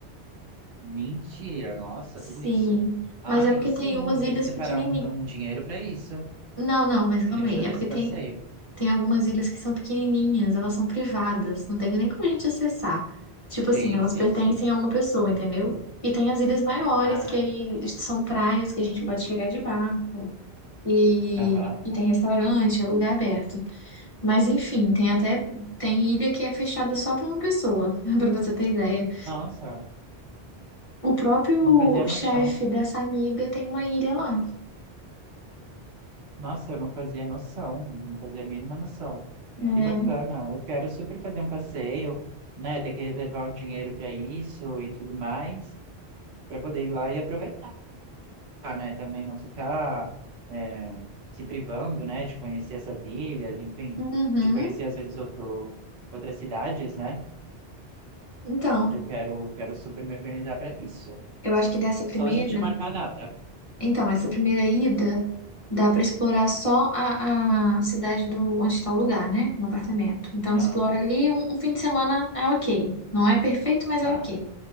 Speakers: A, on the right; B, on the left.
A: Mentira, nossa,
B: Sim.
A: tudo isso. Ai,
B: Mas é porque
A: sim,
B: tem umas ilhas
A: tem que separar
B: pequenininhas.
A: um, então, um dinheiro para isso.
B: Não, não, mas
A: A
B: calma
A: gente
B: aí.
A: fazer
B: É porque
A: esse passeio.
B: tem, tem algumas ilhas que são pequenininhas, elas são privadas, não tem nem como a gente acessar. Tipo assim,
A: Sim,
B: elas
A: sim,
B: pertencem
A: sim.
B: a uma pessoa, entendeu? E tem as ilhas maiores,
A: Ai,
B: que aí são praias que a gente pode chegar de barco. E,
A: aham.
B: e tem restaurante, é lugar aberto. Mas enfim, tem até tem ilha que é fechada só para uma pessoa, <laughs> para você ter ideia.
A: Nossa,
B: O próprio
A: não fazia noção.
B: chefe dessa amiga tem uma ilha lá.
A: Nossa, eu não fazia noção, não fazia a mínima noção.
B: É.
A: Que bacana, eu quero super fazer um passeio, né? Ter que reservar um dinheiro para isso e tudo mais, para poder ir lá e aproveitar. né? Também não ficar é, se privando, né? De conhecer essas ilhas, enfim,
B: Uhum.
A: de conhecer às vezes outro, outras cidades, né?
B: Então,
A: Eu quero, quero super me organizar para isso.
B: eu acho que dessa
A: Só
B: primeira,
A: a gente marcar a data.
B: então essa primeira ida dá para explorar só a, a cidade do onde está o lugar, né? Um apartamento. Então
A: Ah,
B: explora ali um, um fim de semana é ok. Não é perfeito, mas
A: tá.
B: é ok.